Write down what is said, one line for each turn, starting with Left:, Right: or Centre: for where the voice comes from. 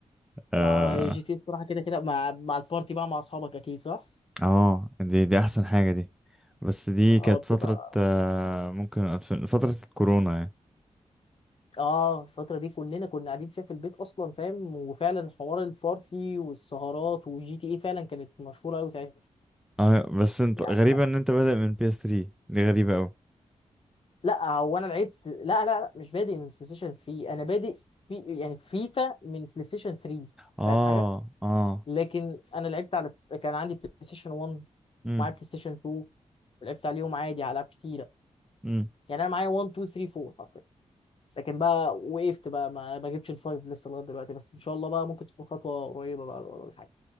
Centre: آه،
Left: لا، جي تي إيه الصراحه كده كده مع مع البارتي بقى مع اصحابك اكيد صح
Centre: اه دي دي احسن حاجة دي بس دي
Left: اه
Centre: كانت
Left: بتبقى
Centre: فترة آه، ممكن ألفين فترة الكورونا يعني
Left: اه الفترة دي كلنا كنا قاعدين فيها في البيت اصلا فاهم وفعلا حوار البارتي والسهرات وجي تي اي فعلا كانت مشهورة قوي ساعتها
Centre: اه بس انت
Left: يعني
Centre: غريبة
Left: لا
Centre: ان انت بادئ من PS3 دي غريبة اوي
Left: لا هو انا لعبت لا لا لا مش بادئ من بلاي ستيشن 3 انا بادئ في يعني فيفا من بلاي ستيشن 3
Centre: اه
Left: فاهم حاجة
Centre: اه
Left: لكن انا لعبت على كان عندي بلاي ستيشن 1
Centre: امم
Left: ومعايا بلاي ستيشن 2 ولعبت عليهم عادي على العاب كتيرة
Centre: امم
Left: يعني انا معايا 1 2 3 4 حرفيا لكن بقى وقفت بقى ما ما جبتش الفايف لسه لغايه دلوقتي بس ان شاء الله بقى ممكن تكون خطوه قريبه بقى ولا حاجه